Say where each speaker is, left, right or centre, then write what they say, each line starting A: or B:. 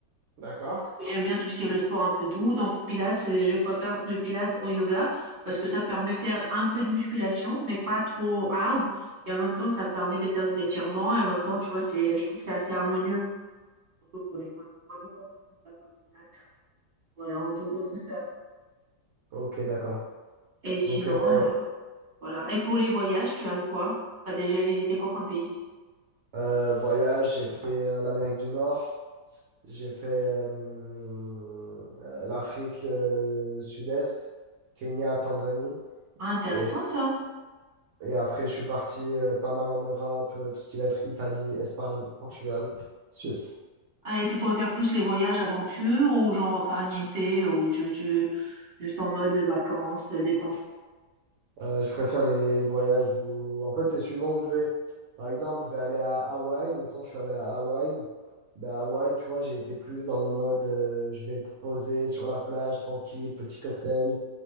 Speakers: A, on the right; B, on the right.
A: D'accord?
B: J'aime bien tout ce qui est le sport un peu doux. Donc, pilates, c'est- je préfère le pilates au yoga parce que ça permet de faire un peu de musculation, mais pas trop hard. Et en même temps, ça permet de faire des étirements. Et en même temps, tu vois, c'est, je trouve que c'est assez harmonieux. surtout pour les femmes. Moi, je commence comme ça, par Pilates. Voilà, en, dou- en douceur.
A: Ok, d'accord.
B: Et sinon,
A: Donc, euh,
B: euh, voilà. Et pour les voyages, tu aimes quoi? T'as déjà visité quoi comme pays?
A: Euh, voyage, j'ai fait euh, l'Amérique du Nord, j'ai fait euh, euh, l'Afrique euh, Sud-Est, Kenya, Tanzanie.
B: Ah, intéressant
A: Et,
B: ça.
A: et après, je suis parti euh, pas mal en Europe, euh, tout ce qui va être Italie, Espagne, Portugal, Suisse.
B: Ah, et tu préfères plus les voyages aventure ou genre farniente ou tu, tu- juste en mode vacances, euh, détente?
A: Euh, je préfère les, les voyages où, en fait, c'est suivant où je vais. Par exemple, je vais aller à Hawaï. Mettons, je suis allé à Hawaï. Ben, à Hawaï, tu vois, j'ai été plus dans le mode, euh, je vais te poser sur la plage, tranquille, petit cocktail.